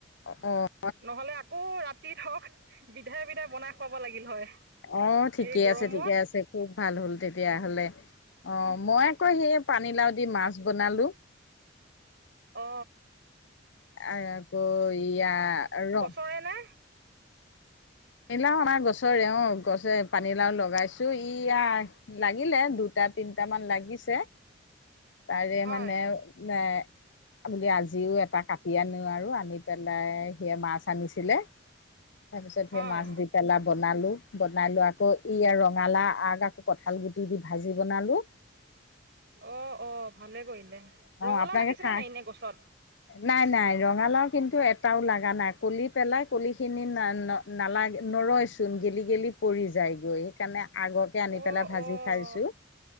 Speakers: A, on the left (about 65°); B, on the right (about 55°).
A: অঁ।
B: নহলে আকৌ ৰাতি ধওক বিধে বিধে বনাই খুৱাব লাগিল হয়।
A: অঁ, ঠিকে
B: এই গৰমত
A: আছে ঠিকে আছে খুব ভাল হল তেতিয়াহলে। অঁ, মই আকৌ সেই পানীলাও দি মাছ বনালো।
B: অ।
A: আকৌ ইয়া ৰ।
B: কৰে নে।
A: ইলাও আমা গছৰে অ গছে পানীলাও লগাইছোঁ ইয়া। লাগিলে দুটা তিনটা মান লাগিছে তাৰে
B: হয়
A: মানে এ। <inaudible> আমি আজিও এটা কাটি আনো আৰু আনি পেলাই সিয়ে মাছ আনিছিলে। তাৰপিছত সেইয়া
B: হয়
A: মাছ দি,। পেলা বনালো বনাই লো আকৌ ই ৰঙালা আগ আকৌ কঁঠাল গুটি দি ভাজি বনালো।
B: অঁ, অঁ, ভালে কৰিলে।
A: অঁ,
B: ৰঙালাও
A: আপোনাকে
B: লাগিছিলে
A: খা।
B: নাই এনে গছত
A: নাই নাই ৰঙালাও কিন্তু এটাও লাগা নাই কলি পেলাই কলি খিনি না ন। নালাগ নৰয়চোন গেলি গেলি পৰি যায় গৈ। সেইকাৰণে আগকে আনি
B: অঁ
A: পেলাই ভাজি
B: অঁ
A: খাইছো,।